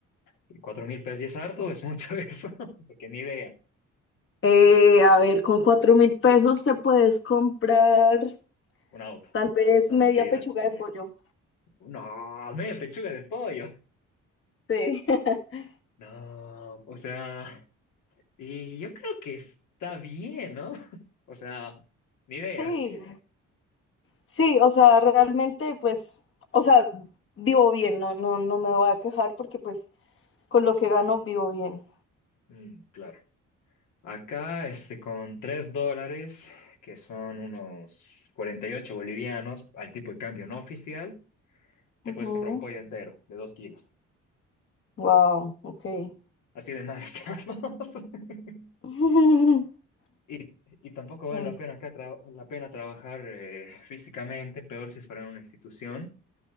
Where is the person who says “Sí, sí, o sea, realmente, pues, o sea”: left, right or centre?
Left